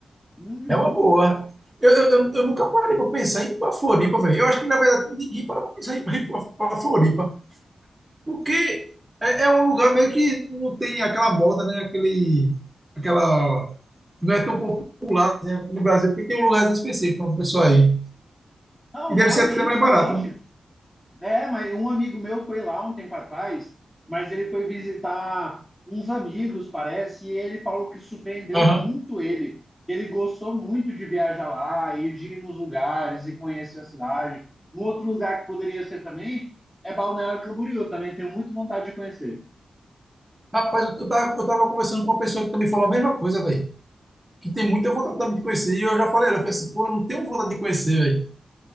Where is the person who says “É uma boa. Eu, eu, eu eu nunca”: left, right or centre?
Right